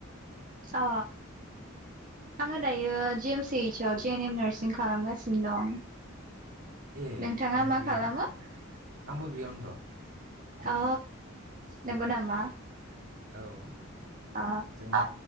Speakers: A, on the right; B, on the right.
A: अ आङो दायो जि एम सि ओइस आव जे एन एम नार्सिं खालामगासिनो दं
B: ए
A: नोंथाङा
B: आमबो
A: मा
B: बियाव
A: खालामो
B: आंबो बियावनोथ'
A: अ नंगौ नामा?
B: औ
A: अ
B: जोंना